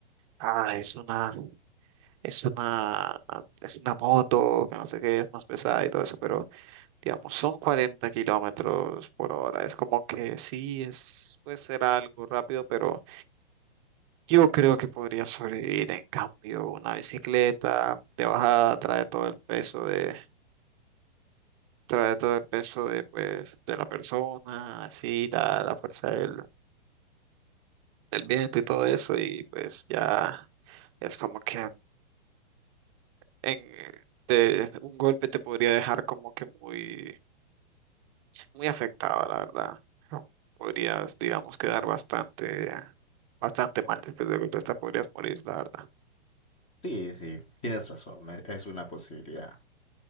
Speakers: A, on the right; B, on the left.
A: ah, es una. es una, es una moto, que no sé qué, es más pesada y todo eso, pero digamos, son 40 kilómetros por hora. Es como que sí, es, puede ser algo rápido, pero yo creo que podría sobrevivir. En cambio, una bicicleta de bajada trae todo el peso de, trae todo el peso de, pues, de la persona, así, la, la fuerza del, del viento y todo eso, y pues ya es como que en, te- un golpe te podría dejar como que muy muy afectado, la verdad. Podrías, digamos, quedar bastante, bastante mal después de golpe, hasta podrías morir, la verdad.
B: Sí, sí, tienes razón, me- es una posibilidad.